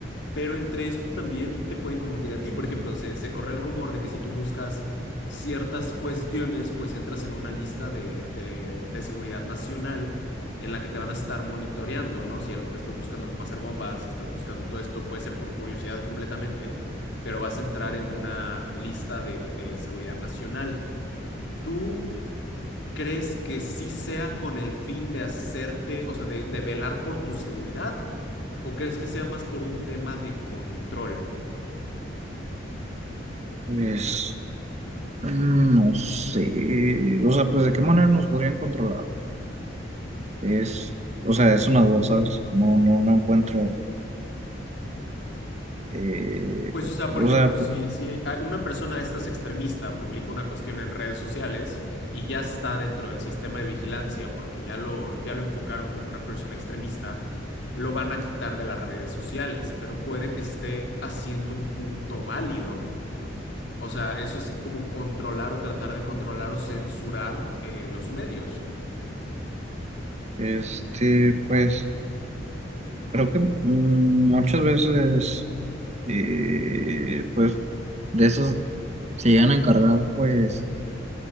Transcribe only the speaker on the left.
Pero entre esto también te pueden confundir a ti. Por ejemplo, se, se corre el rumor de que si tú buscas ciertas cuestiones, pues entras en una lista de, de, de seguridad nacional en la que te van a estar monitoreando, ¿no? Si a lo mejor estás buscando cómo hacer bombas, si estás buscando todo esto, puede ser por curiosidad completamente, pero vas a entrar en una lista de, de seguridad nacional. ¿Tú crees que sí sea con el fin de hacerte, o sea, de, de velar por tu seguridad? ¿O crees que sea más por un tema de control?
Pues, o sea,
por ejemplo,
si, si a- una persona de estas extremista publica una cuestión en redes sociales y ya está dentro del sistema de vigilancia porque ya lo, ya lo enfocaron como una persona extremista, lo van a quitar de las redes sociales, pero puede que esté haciendo un punto válido. O sea, eso es como controlar o tratar de controlar o censurar eh, los medios.